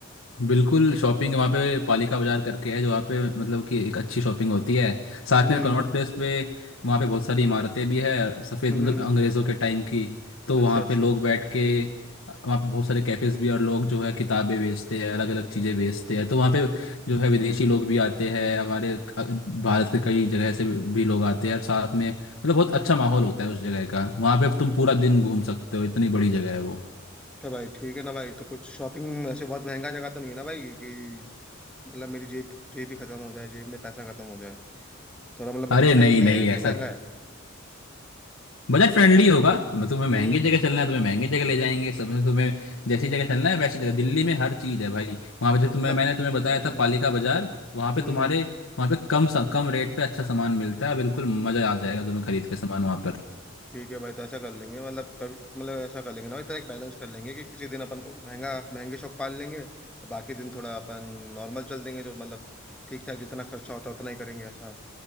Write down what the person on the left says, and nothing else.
बिल्कुल शॉपिंग वहाँ पे पालिका बाजार करके है जो वहाँ पे मतलब कि एक अच्छी शॉपिंग होती है साथ
में कनॉट प्लेस पे वहाँ पे बहुत सारी इमारतें भी है सफ़ेद
मतलब अंग्रेज़ों के टाइम की तो वहाँ
पे लोग बैठ के वहाँ पे बहुत सारे कैफ़ेज़ भी हैं और लोग जो है किताबें बेचते हैं अलग अलग चीज़ें बेचते हैं तो वहाँ पे जो है विदेशी लोग भी आते हैं हमारे अ, भारत के कई जगह से भी लोग आते हैं और साथ में मतलब बहुत अच्छा माहौल होता है उस जगह का वहाँ पे तुम पूरा दिन घूम सकते हो इतनी बड़ी जगह है वो
अरे
नहीं नहीं
ऐसा
बजट फ्रेंडली होगा ब- तुम्हें
महंगी जगह चलना है तुम्हें महंगी जगह ले जाएंगे सब तुम्हें जैसी
जगह चलना है वैसी जगह दिल्ली में हर चीज़ है भाई वहाँ पे जो
तुम्हें मैंने तुम्हें बताया
था पालिका बाजार वहाँ पे
तुम्हारे वहाँ पे कम सा, कम रेट पे अच्छा सामान मिलता है बिल्कुल मज़ा आ जाएगा तुम्हें खरीद के सामान वहाँ पर